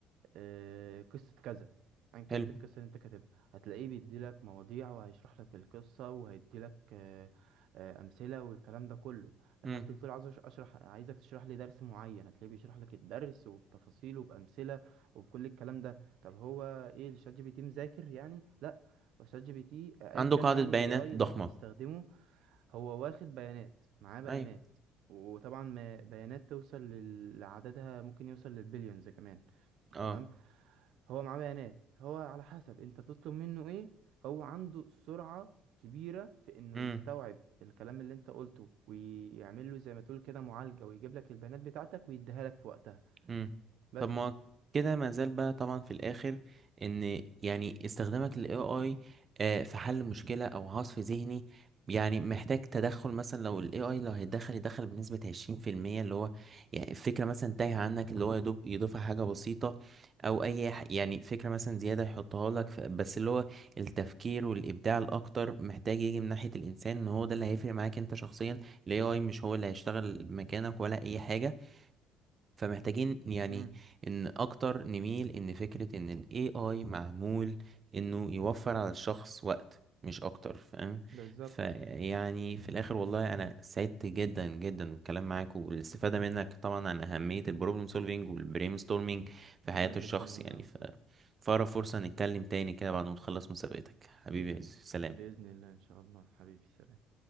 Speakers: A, on the right; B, on the right.
A: آه، قصة كذا أيا كانت
B: حلو
A: القصة اللي أنت كاتبها هتلاقيه بيديلك مواضيع وهيشرح لك القصة وهيديلك آه، آه، أمثلة والكلام ده كله دخلت
B: مم.
A: قلت له عايز أش- أشرح عايزك تشرح لي درس معين هتلاقيه بيشرح لك الدرس وبتفاصيله وبأمثلة وبكل الكلام ده طب هو إيه الشات جي بي تي مذاكر يعني؟ لأ هو شات جي بي تي آه،
B: عنده
A: أيا كان
B: قاعدة
A: يعني
B: بيانات
A: ال AI
B: ضخمة
A: اللي أنت بتستخدمه هو واخد بيانات معاه بيانات
B: ايوه
A: وطبعا ما- بيانات توصل لل- لعددها ممكن يوصل للبليونز كمان
B: اه
A: تمام هو معاه بيانات هو على حسب انت بتطلب منه ايه هو عنده سرعة كبيرة في انه
B: مم.
A: يستوعب الكلام اللي انت قلته ويعمل له زي ما تقول كده معالجة ويجيب لك البيانات بتاعتك ويديها لك في وقتها
B: مم.
A: بس
B: طب ما كده ما زال بقى طبعا في الاخر ان يعني استخدامك لل AI آه، في حل مشكلة او عصف ذهني يعني محتاج تدخل مثلا لو ال AI لو هيتدخل يدخل بنسبة 20% اللي هو يعني الفكرة مثلا تايهة عنك اللي هو يدوب يضيفها حاجة بسيطة او اي ح- يعني فكرة مثلا زيادة يحطها لك ف- بس اللي هو التفكير والابداع الاكتر محتاج يجي من ناحية الانسان ان هو ده اللي هيفرق معاك انت شخصيا ال AI مش هو اللي هيشتغل مكانك ولا اي حاجة فمحتاجين يعني
A: امم
B: ان اكتر نميل ان فكرة ان ال AI معمول انه يوفر على الشخص وقت مش اكتر فاهم
A: بالظبط
B: فيعني في الاخر والله انا سعدت جدا جدا بالكلام معاك والاستفادة منك طبعا عن اهمية البروبلم سولفينج والبرين ستورمينج في
A: وانا
B: حياة الشخص
A: جدا والله
B: يعني
A: يا مصطفى
B: ف فأقرب فرصة نتكلم تاني كده بعد ما تخلص مسابقتك حبيبي سلام
A: بإذن الله ان شاء الله حبيبي سلام